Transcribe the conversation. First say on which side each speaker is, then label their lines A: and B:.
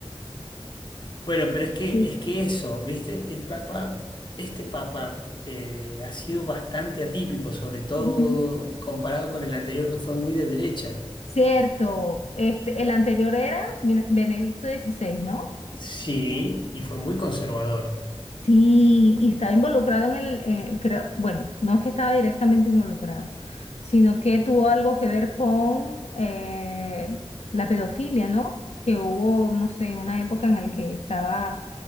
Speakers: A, on the left; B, on the left.
A: Bueno, pero es que,
B: Sí.
A: es que eso, ¿viste? El Papa, este Papa eh, ha sido bastante atípico, sobre todo
B: Ujú.
A: comparado con el anterior que fue muy de derecha.
B: Cierto, este, el anterior era Bene- Benedicto dieciséis, ¿no?
A: Sí, y fue muy conservador.
B: Sí, y estaba involucrado en el, eh, creo, bueno, no es que estaba directamente involucrado, sino que tuvo algo que ver con eh, la pedofilia, ¿no? Que hubo, no sé, una época en la que estaba